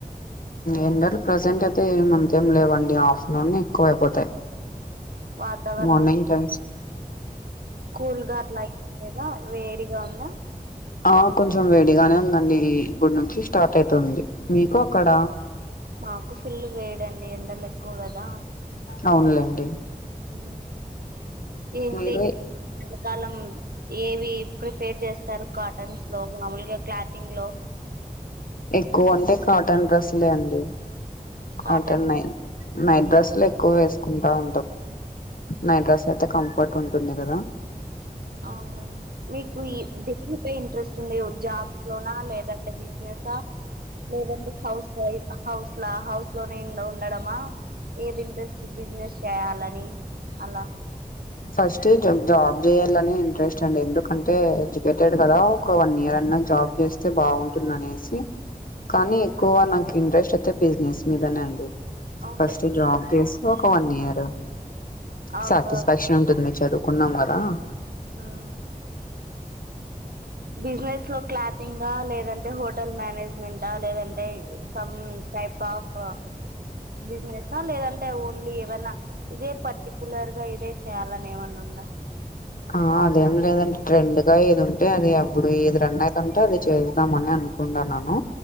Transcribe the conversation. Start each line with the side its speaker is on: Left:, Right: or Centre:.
Left: ఎండలు ప్రజెంట్ అయితే ఏ అంతేం లేవండి ఆఫ్టనూన్ ఎక్కువ అయిపోతాయి
Right: వాతావరణం
Left: మార్నింగ్ టైమ్స్
Right: కూల్గా అట్లా తెగ వేడిగా ఉందా
Left: ఆ కొంచెం వేడిగానే ఉందండి ఇప్పుడు నుంచి స్టార్ట్ అయితుంది మీకు అక్కడ
Right: మాకు ఫుల్ వేడండి ఎండలు ఎక్కువ కదా
Left: అవునులేండి
Right: ఉ ఏంటి
Left: మీరు
Right: ఎల్ల కాలం ఏవి ప్రిఫేర్ చేస్తారు కాటన్స్ లో మామూలుగా క్లాథింగ్ లో
Left: ఎక్కువ అంటే కాటన్ డ్రెస్లే అండి
Right: కాటన్
Left: అంటే నై నైట్ డ్రెస్లు ఎక్కువ వేస్ కుంటఉంటాం నైడ్రస్ అయితే కంఫర్ట్ ఉంటుంది గదా
Right: అవునుండి మీకు ఈ దేనిపై ఇంట్రెస్ట్ ఉంది జాబ్ లోనా లేదంటే బిజినెస లేదంటే హౌస్ వై హౌస్ లా హౌస్ లోనే ఉండడమా ఏది ఇంట్రెస్ట్ బిజినెస్ చేయాలని అలా
Left: ఫస్ట్ జబ్ జాబ్ చేయాలని ఇంట్రెస్ట్ అండి ఎందుకంటే ఎడ్యుకేటెడ్ కదా ఒక వన్ ఇయర్ అన్నా జాబ్ చేస్తే బాగుంటుంద నేసి కానీ ఎక్కువ నాకు ఇంట్రెస్ట్ అయితే బిజినెస్ మీదనే అండి
Right: అవునులే
Left: ఫస్ట్ జాబ్ జేసి ఒక వన్ ఇయర్
Right: ఆఫ్
Left: సాటిస్ ఉంటుంది చదువుకున్నామా గదా
Right: ఉహు బిజినెస్ లో క్లాత్ టింగా లేదంటే హోటల్ మేనేజ్మెంట లేదంటే సమ్ టైప్ ఆఫ్ బిజినెస్ అ లేదంటే ఓన్లీ ఏవన్నా ఇదే పర్టికులర్ గా ఇదే చేయాలని ఏమన్నా ఉందా
Left: ఆ అదేం లేదండి ట్రెండ్గా ఏది ఉంటే అది అప్పుడు ఏది రన్ అయితు ఉంటే అది చేద్దామ అని అనుకుంటాన్నాను